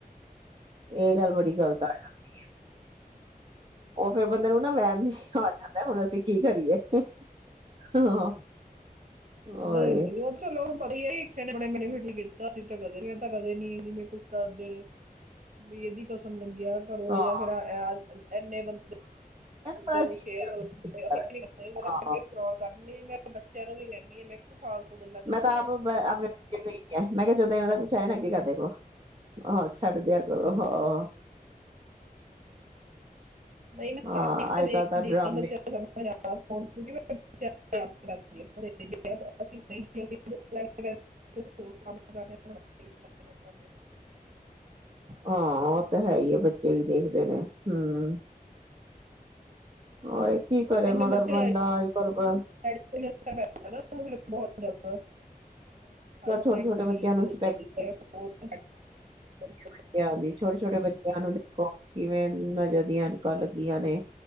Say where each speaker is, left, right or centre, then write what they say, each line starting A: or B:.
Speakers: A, on the right; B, on the right.
A: ਇਹ ਗੱਲ ਬੜੀ ਗ਼ਲਤ ਆ ਜਾਂਦੀ ਹੈ। ਉਹ ਫੇਿਰ ਬੰਦੇ ਨੂੰ ਨਾ ਵਹਿਮ ਜਿਆ ਹੀ ਆ ਜਾਂਦਾ ਹੈ। ਹੁਣ ਅਸੀਂ ਕੀ ਕਰੀਏ ਹਾਂ? ਓਏ
B: ਨਹੀਂ- ਨਹੀਂ ਉਹ ਚੱਲੋ ਹੁਣ ਪਤਾ ਆਪਣਾ ਮੈਰੀ ਫੈਰਢ ਨੇ ਕੀਤਾ ਅਸੀ ਤਾਂ ਕਦੇ ਨੀ, ਮੈ ਤਾਂ ਕਦੇ ਨੀ, ਜਿਵੇਂ ਕੁਛ ਦੱਸਦੇ ਨੇ ਵੀ ਇਹਏਦੀ ਕਸਮ ਲੱਗੀ ਕਿਆ ਕਰੋ
A: ਹਾਂ
B: ਜਾਂ ਫਿਰ ਇੰਨੇ ਬੰਦੇ
A: ਬੜਾ
B: ਤੇ ਇਹਨੂੰ
A: ਅਜੀਬ
B: ਸ਼ੇਅਰ ਕਰੋ,
A: ਜਿਹਾ।
B: ਅਸੀ ਵੀ ਨੀ ਕਰਦੇ, ਮੈਂ ਤਾਂ
A: ਹਾਂ
B: ਅੱਗੇ ਸਕਰੋਲ ਕਰ ਦਿੰਦੀ ਆ ਮੈਂ ਬੱਚਿਆਂ ਨੂੰ ਵੀ ਕਹਿੰਦੀ ਆ, ਮੈਂ ਕਿਹਾ? ਫਾਲਤੂ ਗੱਲਾਂ ਤੇ
A: ਮੈਂ
B: ਨਾ
A: ਤਾਂ
B: ਪਿਆ
A: ਆਪ
B: ਕਰੋ
A: ਆਪਣੇ
B: ਤੁਸੀਂ
A: ਬੱਚੇ ਨੂੰ ਇਹੀ ਕਿਹਾ, ਮੈਂ ਕਿਹਾ, ਜਦੋਂ ਇਵੇਂ ਦਾ ਕੁੱਛ ਆਇਆ ਨਾ ਅੱਗੇ ਕਰ ਦੋ। ਦੇਖੋ, ਹਾਂਜੀ। ਛੱਡ, ਦਿਆ ਕਰੋ
B: ਹਮ
A: ਹਾਂ।
B: <unintelligible>
A: ਹਾਂ ਅੱਜ ਕੱਲ ਤਾਂ ਡਰਾਮੇ
B: ਅਸੀ <unintelligible> <unintelligible>
A: ਹਾਂ ਉਹ ਤਾਂ ਹੈ ਹੀ ਏ ਬੱਚੇ ਵੀ ਦੇਖਦੇ ਨੇ, ਹੂੰ ਹਾਏ, ਕੀ ਕਰੇ
B: ਇਹਨੇ
A: ਮਗਰ
B: ਬੱਚੇ
A: ਬੰਦਾ
B: ਆਈ
A: ਅੱਜਕੱਲ ਪ
B: <unintelligible> <unintelligible>
A: ਛੋਟੇ ਛੋਟੇ ਬੱਚਿਆਂ ਨੂੰ ਸਪੈਕਸ
B: <inaudible>
A: ਹਾਂਜੀ- ਹਾਂਜੀ ਛੋਟੇ- ਛੋਟੇ ਬੱਚੇ ਇਨ੍ਹਾਂ ਨੂੰ ਦੇਖੋ ਕਿਵੇਂ ਨਜ਼ਰ ਦੀਆਂ ਐਨਕਾਂ ਲੱਗੀਆਂ ਨੇ,